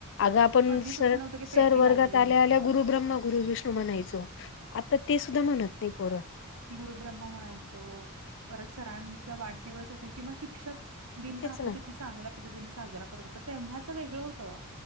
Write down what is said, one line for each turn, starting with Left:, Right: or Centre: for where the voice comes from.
Left: अग आपण
Right: कधीच
Left: सर
Right: असं नव्हतं की पेटी
Left: सर वर्गात
Right: वाजली नाहीये
Left: आल्या आल्या गुरु ब्रम्म गुरु विष्णू म्हणायचो आता ते सुद्धा म्हणत नाही पोर
Right: गुरु ब्रह्मा म्हणायचो परत सरांचा वाढदिवस असेल किंवा शिक्षक दिन पण
Left: तेच
Right: आपण
Left: ना
Right: किती चांगल्या पद्धतीने साजरा करत होतो तेव्हाचं वेगळं होतं